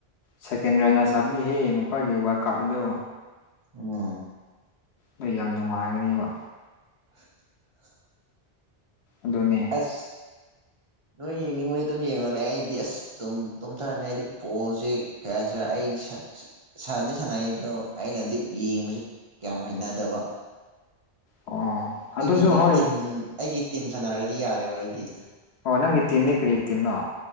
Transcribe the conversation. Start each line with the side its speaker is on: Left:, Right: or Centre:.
Left: ꯁꯦꯀꯦꯟ ꯔꯦꯅꯔ ꯆꯞꯂꯤ ꯃꯈꯣꯏꯒꯤ ꯋꯥꯔꯜ ꯀꯞ ꯑꯗꯨꯗ
Right: ꯑ <unintelligible> <inaudible>
Left: ꯅꯣꯏ ꯌꯥꯝ ꯅꯨꯡꯉꯥꯏꯒꯅꯦꯕ
Right: <unintelligible> <inaudible>
Left: ꯑꯗꯨꯅꯦ
Right: ꯑꯁ ꯅꯣꯏ ꯌꯦꯡꯅꯤꯡꯕꯗꯤ ꯑꯗꯨꯝ ꯌꯦꯡꯉꯣꯅꯦ ꯑꯩꯗꯤ ꯑꯁ ꯑꯗꯨꯝ ꯇꯨꯝꯊꯔꯅꯤ ꯍꯥꯏꯗꯤ ꯄꯣꯜꯁꯦ ꯀꯌꯥꯁꯨ ꯑꯩ ꯁꯥꯗꯤ ꯁꯥꯟꯅꯩ ꯑꯗꯣ ꯑꯩꯅꯗꯤ ꯌꯦꯡꯕꯁꯦ ꯀꯌꯥꯝ ꯍꯩꯅꯗꯕ
Left: ꯑꯣ ꯑꯗꯨꯁꯨ
Right: ꯑꯩꯒꯤꯗꯤ
Left: ꯍꯣꯏ
Right: ꯇꯤꯝ ꯑꯩꯒꯤ ꯇꯤꯝ ꯁꯥꯟꯅꯔꯗꯤ ꯌꯥꯔꯦꯕ ꯑꯩꯗꯤ
Left: ꯍ ꯅꯪꯒꯤ ꯇꯤꯟꯅꯤ ꯀꯔꯤꯇꯤꯝꯅ